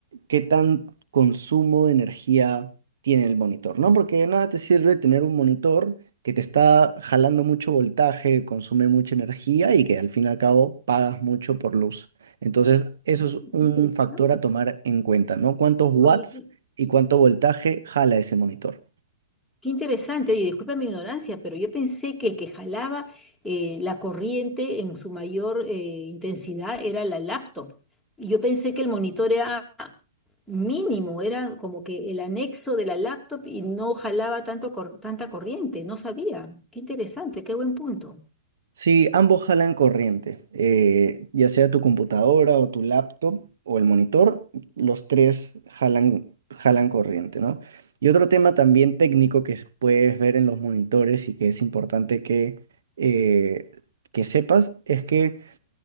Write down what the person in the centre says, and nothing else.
Ah,
qué interesante.
Oye,
Qué interesante, oye, disculpa mi ignorancia, pero yo pensé que el que jalaba eh, la corriente en su mayor eh, intensidad era la laptop. Y yo pensé que el monitor era mínimo, era como que el anexo de la laptop y no jalaba tanto cor- tanta corriente, no sabía. Qué interesante, qué buen punto.